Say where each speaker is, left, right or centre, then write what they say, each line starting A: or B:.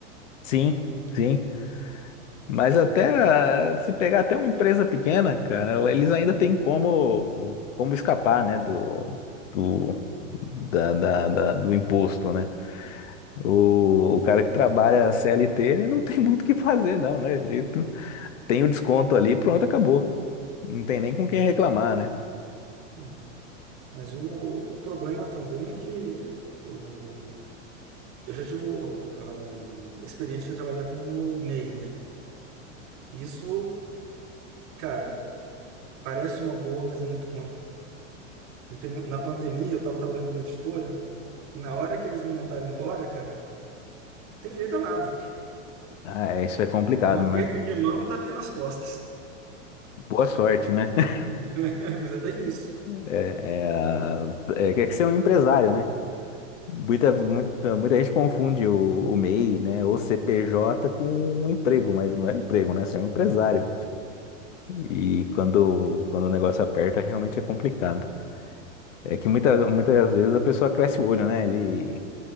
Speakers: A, on the left (about 70°); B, on the right (about 45°).
A: Sim, sim. Mas até ah, se pegar até uma empresa pequena, cara, eles ainda têm como, como escapar, né? Do, do, da, da- da- do imposto, né? O, o cara que trabalha CLT, ele não tem muito o que fazer, não, né? Ele tem o desconto ali, pronto, acabou. Não tem nem com quem reclamar, né?
B: Hum. Mas o, o problema também é que o- eu já tive o- a, a experiência de trabalhar com o MEI, né? Isso, cara. Parece uma boa, mas é muito ruim. Porque no- na pandemia eu estava trabalhando numa editora e na hora que eles me mandaram embora, cara, tem direito a nada.
A: Ah, é, isso é complicado,
B: É um aperto
A: né?
B: de mão e tapinha nas costas.
A: Boa sorte, né? <laughs>
B: <laughs> Mas é bem isso.
A: É, é, a- é que é que ser um empresário, né? Muita, muita, muita gente confunde o, o MEI, né? Ou CPJ com um emprego, mas não é emprego, né? Você é um empresário. E quando, quando o negócio aperta, realmente é complicado. É que muita, muitas vezes a pessoa cresce o olho, né? Ele,